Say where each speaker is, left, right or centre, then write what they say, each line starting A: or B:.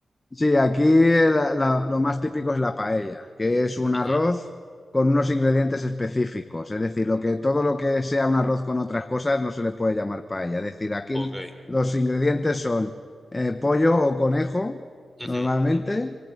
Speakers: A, on the left (about 25°); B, in the centre.
A: Sí, aquí la- la- lo más típico es la paella, que es un
B: Ujú,
A: arroz con unos ingredientes específicos. Es decir, lo que, todo lo que sea un arroz con otras cosas no se le puede llamar paella. Es decir, aquí
B: Ok.
A: l- los ingredientes son eh, pollo o conejo,
B: Ujú,
A: normalmente.